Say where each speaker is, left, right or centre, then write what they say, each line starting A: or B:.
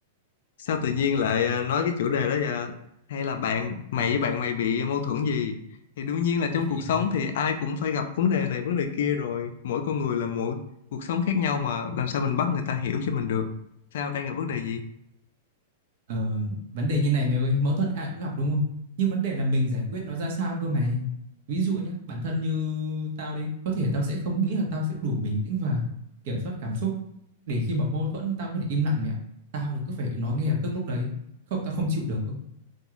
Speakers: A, on the left; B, on the right.
A: sao tự nhiên lại ờ, nói cái chủ đề đó vậy hay là bạn mày
B: Ờ.
A: với bạn mày bị mâu thuẫn gì thì đương nhiên là trong
B: <laughs>
A: cuộc sống thì ai cũng phải gặp vấn đề này vấn đề kia rồi mỗi con người là mỗi cuộc sống khác nhau mà làm sao mình bắt người ta hiểu cho mình được sao đang gặp vấn đề gì
B: Ờ, vấn đề như này mày ơi, mâu thuẫn ai cũng gặp đúng không? Nhưng vấn đề là mình giải quyết nó ra sao cơ mày. Ví dụ nhá, bản thân như tao đi, có thể tao sẽ không nghĩ là tao sẽ đủ bình tĩnh và kiểm soát cảm xúc để khi mà mâu thuẫn tao có thể im lặng mẹ. ạ. Tao là cứ phải nói ngay lập tức lúc đấy, không tao không chịu được. cơ.